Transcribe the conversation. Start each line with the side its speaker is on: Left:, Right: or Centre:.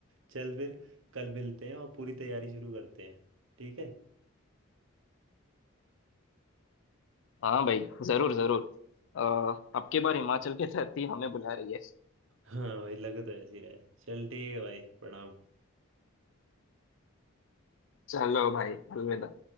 Right: चल फिर कल मिलते हैं और पूरी तैयारी शुरू करते हैं ठीक है
Left: हाँ भाई जरूर जरूर अ, अब की बार हिमाचल की धरती हमें बुला रही है
Right: हाँ भाई लगे तो ऐसे ही रहा है चल ठीक है भाई प्रणाम
Left: चलो भाई अलविदा